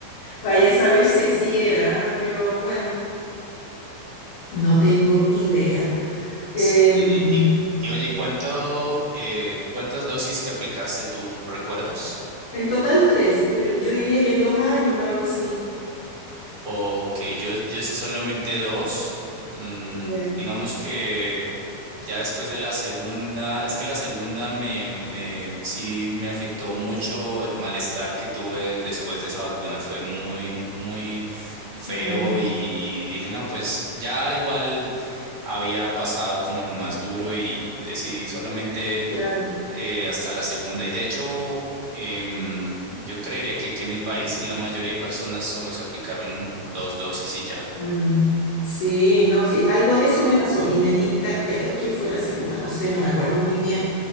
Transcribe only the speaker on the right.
Sí, Y, y, y oye, ¿y cuánto, eh, cuántas dosis te aplicaste tú, recuerdas?
Ok, yo, yo sí solamente dos. Mm,
digamos que ya después de la segunda, es que la segunda me, me, sí me afectó mucho. El malestar que tuve después de esa vacuna fue muy, muy feo
y, y dije, no, pues ya igual había pasado como lo más duro y decidí solamente
eh, hasta la segunda. Y de hecho, em, yo creería que aquí en mi país y la mayoría de personas solo se aplicaron dos dosis y ya.